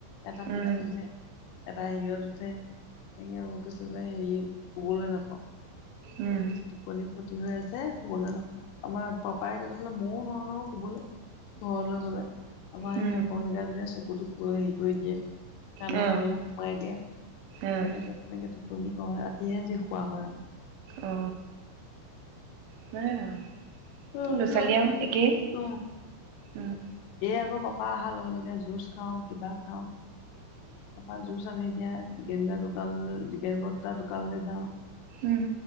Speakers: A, on the left; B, on the right.
A: এটা পিঠিত
B: উম
A: উঠে এটা হেৰিঅত উঠে মোক কৈছে যে হেৰি শুবলৈ নাপাওঁ
B: উম
A: তাৰপিছত টোপনি ক্ষতি হৈ আছে শুবলৈ নাপাওঁ আমাৰ পাপাই কৈছে বোলে ময়ো নোৱাৰো ন শুবলৈ ঘৰলৈ গ'লে আমাৰ
B: উম
A: সেই অকমাণিকাজনীয়ে চকুটো হেৰি কৰি দিয়ে কাণত
B: উম
A: আঙুলি সোমাই দিয়ে
B: উম
A: তেনেকৈ তেনেকৈ টোপনি কৰা হয় ৰাতিহে যি শোৱা হয় আৰু
B: অ সেয়াই আৰু
A: <unintelligible>
B: ল'ৰা ছোৱালী আৰু একেই উম
A: আকৌ পাপা আহা লগে লগে যুছ খাওঁ কিবা খাওঁ পাপা জুচ আনি দিয়া টিকেনদা দোকানলে টিকেন বৰতা দোকানলে যাওঁ
B: উম